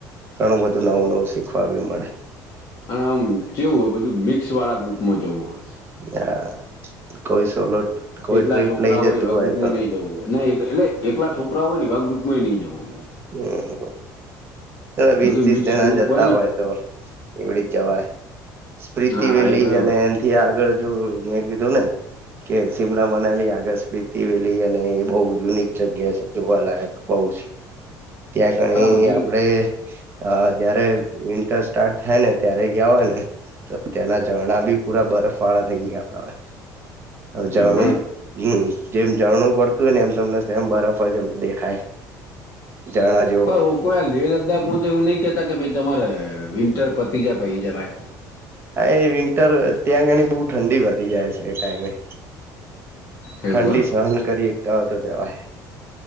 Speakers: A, on the right; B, on the left.
A: ઘણું બધું નવું નવું શીખવા બી મળે.
B: આમ કેવું હોય, બધું મિક્સવાળા ગ્રુપમાં જવું હોય.
A: <unintelligible> કોઈ સોલો કોઈ
B: એકલા
A: ટ્રીપ
B: છોકરા
A: લઈ જતું
B: હોય એવા ગ્રુપમાં
A: તો
B: નઈ જવું હોય, એટલે એકલા છોકરા હોય ને એવા ગ્રુપ મોહે નહી જાઉં
A: હમ્મ, એ વીસ
B: બધું
A: ત્રીસ
B: મિક્સ
A: જણા
B: ગ્રુપ
A: જતા
B: ને
A: હોય. તો એવડી જવાય, સ્પ્રિતી
B: હા
A: વેલી
B: એ પેલું
A: અને એલ કે આગળ હજુ મેં કીધું ને. કે શિમલા મનાલી આગળ, સ્પ્રીતિ વેલી અને એ બહુ યુનિક જગ્યા છે, જોવાલાયક બઉજ. ત્યાં આગળ
B: પણ આ
A: એ
B: બધું
A: આપડે હા જયારે વિન્ટર સ્ટાર્ટ થાય ને ત્યારે ગયા હોય ને તો ત્યાંના ઝરણા બી પૂરા બરફવાળા થઈ ગાયેલા હોય. હજાણું,
B: એવું એમ
A: યુ જેમ જણવું પડતું હોયને, એમ તમને એમ બરફ જ એમ દેખાય. જણાજ
B: પણ હુ કો આ લે લદ્દાખમાં તો એવું નહી કહેતા, કે ભઈ તમારે વિન્ટર પતી જાય પહિ જવાય.
A: આ એ વિન્ટર, ત્યાં જઈને બહુ ઠંડી વધી જાય છે એ ટાઈમે.
B: એવું
A: ઠંડી સહન કરી એકતા હો તો જવાય.